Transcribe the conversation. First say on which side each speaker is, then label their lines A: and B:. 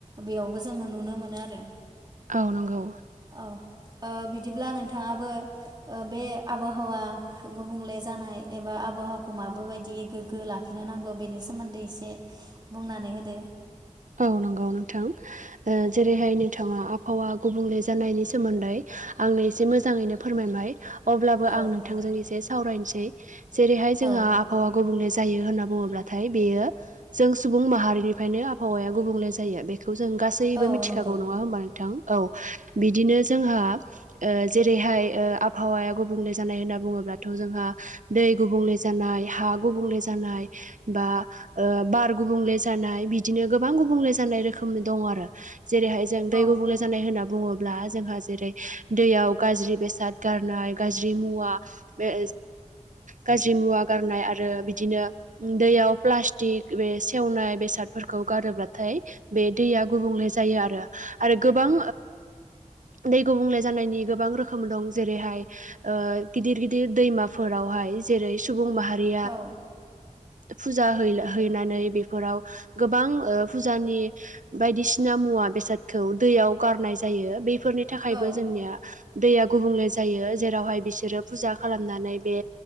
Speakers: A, on the right; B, on the right.
A: बेयावबो जोङो नुनो मोनो आरो।
B: औ नंगौ।
A: औ बिदिब्ला नोंथाङाबो बे आबहावा गुबुंले जानाय एबा आबहावाखौ मा बायदि गोग्गो लाखिनो नांगौ बेनि सोमोन्दै एसे बुंनानै होदो।
B: औ नंगौ नोंथां जेरैहाय बिथाङा आबहावा गुबुंले जानायनि सोमोन्दै आंनो एसे मोजाङैनो फोरमायबाय। अब्लाबो
A: औ
B: आं नोंथांजों
A: औ
B: एसे सावरायनोसै जेरैहाय जोंहा
A: औ
B: आबहावा गुबुंले जायो होनना बुङोब्लाथाय बेयो जों सुबुं माहारिनिफ्रायनो। आहावाया गुबुंले जायो बे खौ जों गासैबो
A: औ
B: मिथिखागौ
A: नंगौ
B: नङा होमबा नोंथां औ बिदिनो जोंहा जेरैहाय आबहावाया गुबुंले जानाय होनना बुङोब्लाथ' जोंहा दै गुबुंले जानाय हा गुबुंले जानाय बा बार गुबुंले जानाय बिदि बिदिनो गोबां गुबुंले जानाय रोखोमनि दङ आरो जेरैहाय जों दै
A: औ
B: गुबुंले जानाय होनना बुङोब्ला जोंहा जेरै दैयाव गाज्रि बेसाद गारनाय गाज्रि मुवा बे गाज्रि मुवा गारनाय आरो बिदि दैयाव प्लास्टिक बे सेवनाय बेसाद फोरखौ गारोब्लाथाय बे दैया गुबुंले जायो आरो आरो गोबां। दै गुबुंले जानायनि गोबां रोखोम दं जेरैहाय गिदिर गिदिर दैमाफोरावहाय जेरै सुबुं माहारि
A: औ
B: फुजा है-हैनानै बेफोराव गोबां फुजानि ओ बायदिसिना मुवा बेसादखौ दैयाव गारनाय जायो बेफोरनि थाखायबो
A: औ
B: जोंनिया। दैया गुबुंले जायो जेरावहाय बिसोरो फुजा खालामनानै बे